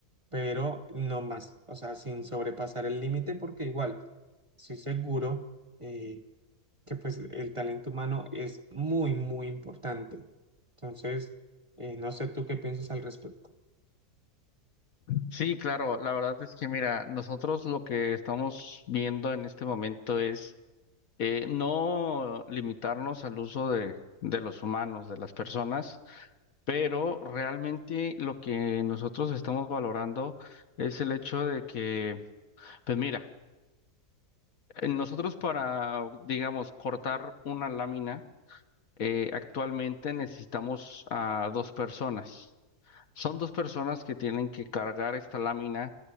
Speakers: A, on the right; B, on the left.
A: pero no más, o sea, sin sobrepasar el límite, porque igual, estoy seguro eh, que pues el talento humano es muy, muy importante. Entonces, eh, no sé tú qué piensas al respecto.
B: Sí, claro, la verdad es que mira, nosotros lo que estamos viendo en este momento es eh, no limitarnos al uso de, de los humanos, de las personas, pero realmente lo que nosotros estamos valorando es el hecho de que, pues mira, eh, nosotros para, digamos, cortar una lámina, eh, actualmente necesitamos a dos personas. Son dos personas que tienen que cargar esta lámina